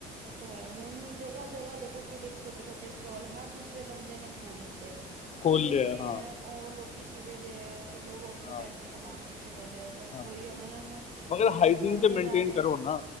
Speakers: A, on the right (about 50°); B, on the left (about 40°).
A: ਉਹ ਤੇ ਹੈ, ਹੁਣ ਜਗ੍ਹਾ ਜਗ੍ਹਾ ਦੇਖੋ ਕਿਵੇਂ ਛੋਟੇ ਛੋਟੇ ਸਟੋਲ ਹਰ ਦੂਸਰੇ ਬੰਦੇ ਨੇ ਖੋਲ ਲਿ ਤੇ
B: ਖੋਲ
A: ਕਿਵੇਂ
B: ਲਿਆ
A: ਦੇ
B: ਹਾਂ
A: ਐ ਉਹ ਲੋਕੀ ਕਿਵੇਂ ਦੇ ਐ। ਚਲੋ ਉਹ ਆਪਣੇ
B: ਹਾਂ
A: ਪੈਸੇ ਕਮਾਨ ਪਿੱਛੇ ਕਰ ਰਿਹਾ ਬਟ
B: ਹਾਂ
A: ਉਹੀ ਹੈ ਨਾ ਇਹਨਾਂ ਨੂੰ
B: ਮਗਰ
A: ਲੋਕੀ
B: ਹਾਈਜੀਨ
A: ਖਾਂਦੇ
B: ਤੇ ਮੇਨਟੇਨ
A: ਜਾ ਰਹੇ
B: ਕਰੋ
A: ਐ
B: ਨਾ